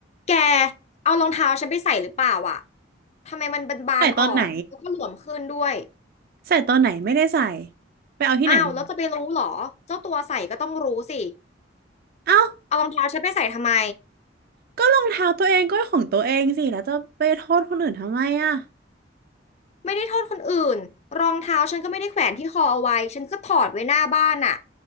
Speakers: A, on the left; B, on the right.
A: แกเอารองเท้าฉันไปใส่หรือเปล่าอ่ะทำไมมันบานๆออกแล้วก็หลวมขึ้นด้วย
B: ใส่ตอนไหนใส่ตอนไหนไม่ได้ใส่ไปเอาที่ไหนมา
A: อ้าวแล้วจะไปรู้เหรอ เจ้าตัวใส่ก็ต้องรู้สิ
B: เอ้า
A: เอารองเท้าฉันไปใส่ทำไม
B: ก็รองเท้าตัวเองก็ของตัวเองสิแล้วจะไปโทษคนอื่นทำไมอ่ะ
A: ไม่ได้โทษคนอื่น รองเท้าฉันก็ไม่ได้แขวนที่คอเอาไว้ฉันก็ถอดไว้หน้าบ้านอ่ะ